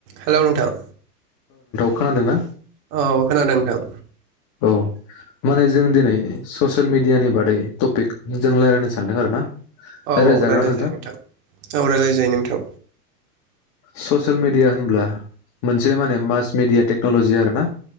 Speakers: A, on the right (about 50°); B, on the left (about 45°).
A: हेल' नोंथां।
B: खानादोंना।
A: औ खोनादों नोंथां।
B: औ माने जों दिनै ससियेल मिडियानि बादै टपिक जों रायज्लायनो सानदों आरो ना।
A: औ
B: रायज्लायजागोन
A: राय्लाय
B: ना
A: जायो नोंथां औ राय्लाय जायो नोंथां।
B: ससियेल मिडिया होनब्ला मोनसे माने मास मिडिया टेक्न'लजि आर ना।